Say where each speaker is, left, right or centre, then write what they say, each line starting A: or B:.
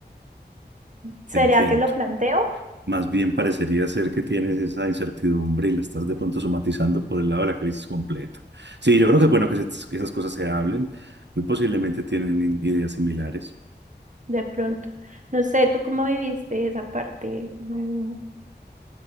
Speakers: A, on the right; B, on the right.
A: ¿Será
B: Te entiendo.
A: que lo planteo?
B: Más bien parecería ser que tienes esa incertidumbre y la estás de pronto somatizando por el lado de la crisis completa. Sí, yo creo que es bueno que, se- que esas cosas se hablen. Muy posiblemente tienen ideas similares.
A: De pronto. No sé, ¿tú cómo viviste esa parte? Mm,